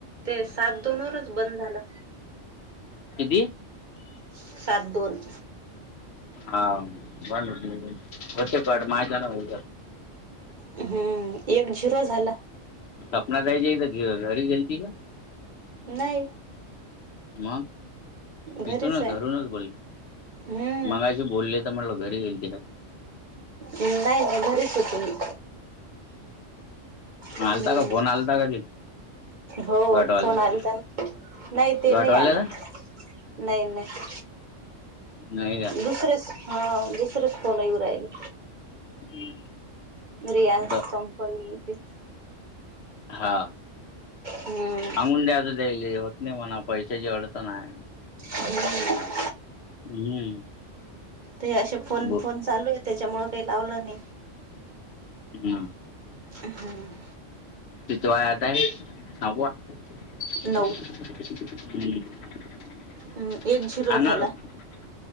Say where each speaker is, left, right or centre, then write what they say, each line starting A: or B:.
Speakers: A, on the right (about 40°); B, on the left (about 55°).
A: ते सात दोन वरचं बंद झालं
B: किती
A: सात दोन
B: हां बनं होते की माझ्याना हो
A: हम्मं एक झिरो झांला
B: सपनां ताईंच्या घरी घरी गेलती कां
A: नाहीं
B: मंग तिथूंन
A: घरीच
B: नां
A: आहे.
B: घरूंनच बोले
A: हम्म
B: मगायची बोलले तरं म्हटलं घरी गेलं ती कां
A: नाहीं नाहीं घरी होते मी
B: मं
A: हम्म
B: आलतां कां फोन आलतां कां ते
A: हो
B: गटवाल्याचा
A: फोन आंला नां नाहीं ते
B: गटवाल्याचा
A: नाहीं आलं नाहीं नाहीं
B: नाही का
A: दुसरेचं हां दुसरेचं फोन येऊं राहिले
B: <inaudible>
A: रियाल्स
B: कुठं
A: कंपनी येते.
B: हा
A: हम्म
B: सांगून द्याच त्याले होत नाही म्हणाव पैशाची अडचण आहे.
A: हम्म
B: हम्म
A: ते असे फोन
B: ब
A: फोन चालू आहे त्याच्यामुळ काही लावला नाही.
B: हम्म
A: हम्म
B: कितवा आहे आता सहावा. <inaudible> <unintelligible>
A: नऊ. हम्म एक झिरो झाला.